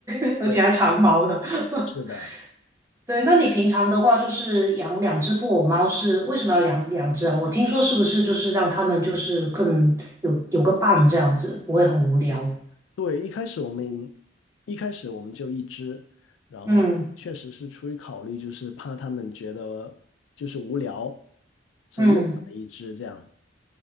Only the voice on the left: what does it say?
对，嗯，是的。
对，一开始我们一开始我们就一只，然后确实是出于考虑，
就是怕他们觉得就是无聊，所以又养了一只这样。